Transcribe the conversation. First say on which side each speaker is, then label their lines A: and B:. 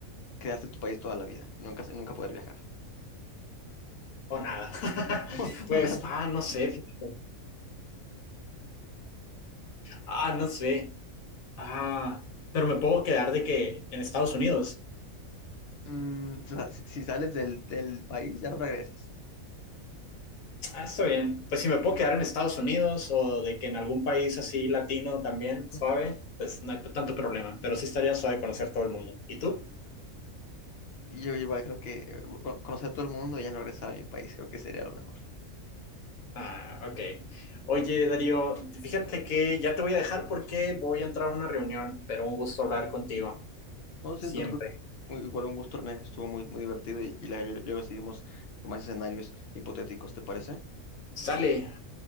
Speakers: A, on the left; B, on the left.
A: quedarte en tu país toda la vida y nunca, nunca poder viajar?
B: o nada. <laughs>
A: <laughs>
B: pues,
A: Una
B: ah, no sé, fíjate. ah, no sé. Ah, pero me puedo quedar de que en Estados Unidos.
A: Mm, o sea, si, si sales del, del país, ya no regresas.
B: Ah, está bien. Pues si me puedo quedar en Estados Unidos o de que en algún país así latino también,
A: Ujú.
B: suave, pues no hay tanto problema. Pero sí estaría suave conocer todo el mundo. ¿Y tú?
A: Y Yo igual creo que eh, con- conocer a todo el mundo y ya no regresar a mi país, creo que sería lo mejor.
B: Ah, ok. Oye, Darío, fíjate que ya te voy a dejar porque voy a entrar a una reunión, pero un gusto hablar contigo.
A: No
B: Siempre.
A: sé, no te preocu- u- igual un gusto, Ernesto, estuvo muy, muy divertido y, y la- luego seguimos con más escenarios hipotéticos, ¿te parece?
B: Sale.